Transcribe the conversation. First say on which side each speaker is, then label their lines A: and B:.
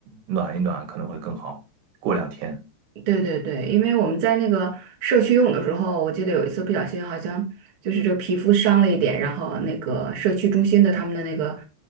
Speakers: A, on the right; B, on the right.
A: 暖一暖可能会更好。过两天，
B: 对对对，因为我们在那个社区用的时候，我记得有一次不小心好像就是这个皮肤伤了一点，然后那个社区中心的他们的那个